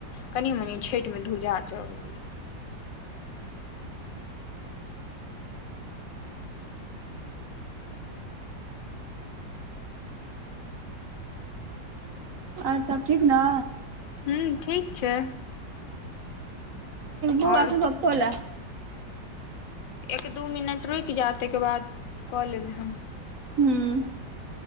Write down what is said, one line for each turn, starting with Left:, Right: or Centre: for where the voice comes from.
Left: कनि मनि छठिमे धुरधा चढ़ऽ लगल
Right: आओर सब ठीक न
Left: हूँ ठीक छ
Right: बौ
Left: आओर
Right: आस सत होल
Left: एक दू मिनट रुकि जा तैके बाद कऽ लेबै हम।
Right: हूँ।